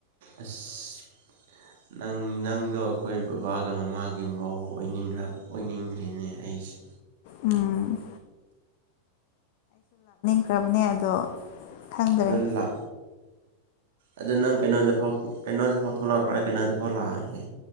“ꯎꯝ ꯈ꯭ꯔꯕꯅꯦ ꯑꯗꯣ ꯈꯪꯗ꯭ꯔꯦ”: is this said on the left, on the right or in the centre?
Left